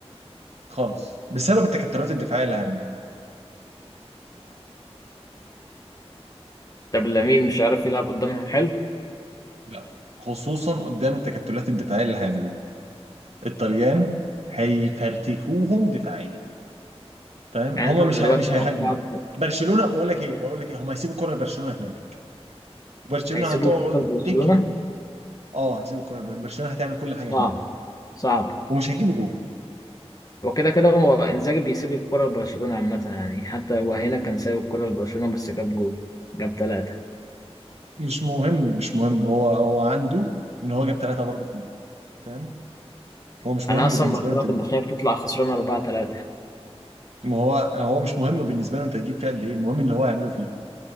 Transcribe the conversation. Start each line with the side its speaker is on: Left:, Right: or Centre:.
Right: خالص بسبب التكتلات الدفاعية اللي هيعملوها
Left: طب لامين مش عارف يلعب قدامهم حلو؟
Right: لا خصوصا قدام التكتلات الدفاعية اللي هيعملوها الطليان هيفرتكوهم دفاعيا فاهم
Left: يعني
Right: هم
Left: أنت دلوقتي
Right: مش هي... مش
Left: توقعك
Right: هيهاجموا برشلونة بقول لك ايه بقول لك ايه هم هيسيبوا الكرة لبرشلونة هناك وبرشلونة
Left: هيسيبوا
Right: هتقعد
Left: الكورة لبرشلونة؟
Right: تجهد اه هيسيب الكوره لبرشلونه برشلونة هتعمل كل حاجه
Left: صعب
Right: هناك
Left: صعب
Right: ومش هيجيبه جول
Left: وكده كده كده هو انزاجي بيسيب الكرة لبرشلونة عامة يعني حتى وهنا كان سايب الكرة لبرشلونة بس جاب جول جاب ثلاثة
Right: مش مهم مش مهم هو هو عنده ان هو جاب ثلاثه برضه فيه فاهم هو مش مهم
Left: أنا أصلا
Right: بالنسبه
Left: برشلونة
Right: له انت
Left: كنت
Right: تجيب
Left: بخاف تطلع خسرانة أربعة ثلاثة
Right: ما هو هو مش مهم بالنسبه له انت تجيب فيه قد ايه المهم اللي هو هيعمله فيه